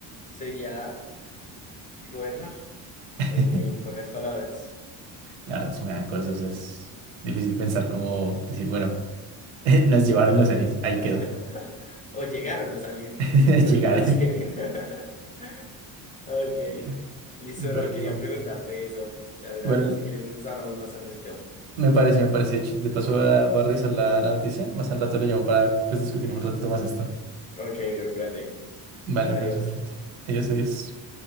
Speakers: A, on the left; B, on the right.
A: sería gobernar.
B: <laughs>
A: en, en pocas palabras.
B: La verdad, suma de cosas es difícil pensar cómo decir, bueno, <laughs> nos llevaron los aliens, ahí
A: <laughs>
B: quedó.
A: O llegaron los aliens,
B: <laughs>
A: no creo
B: Llegaron.
A: que nos lleven. <laughs> Ok,
B: Yeah.
A: listo,
B: Ve-
A: bro, quería
B: bu-
A: preguntarte eso. Muchas gracias.
B: Igual,
A: Si quieres, nos hablamos más tardecito.
B: me parece, me parece. De hecho, de paso, voy a, voy a revisar la, la noticia. Más al rato le llamo para pues, discutir un ratito más esto.
A: Ok, bro, cuídate.
B: Vale,
A: Adiós.
B: me parece perfecto. Adiós, adiós.